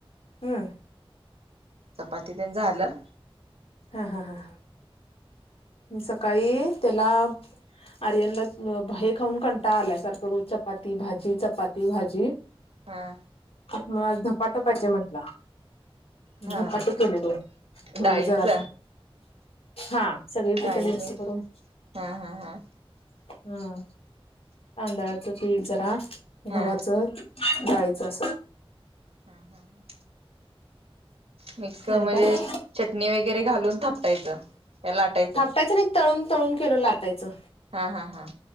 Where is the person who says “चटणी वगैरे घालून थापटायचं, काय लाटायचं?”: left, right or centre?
Right